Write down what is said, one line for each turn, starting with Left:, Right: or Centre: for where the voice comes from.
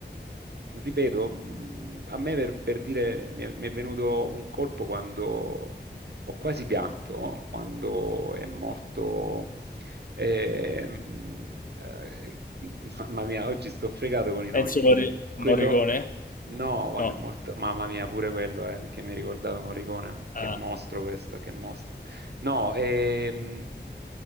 Right: ripeto, mh, a me per, per dire mi è, mi è venuto un colpo quando ho quasi pianto, no? quando è morto, ehm, eh, <laughs> mamma mia, oggi sto fregato con i nomi.
Left: Enzo Morri-
Right: Quello,
Left: Morricone?
Right: no, quando
Left: No.
Right: è morto, mamma mia, pure quello, eh, che mi ha ricordato Morricone, che
Left: Ah.
Right: mostro questo, che mostro. No, ehm,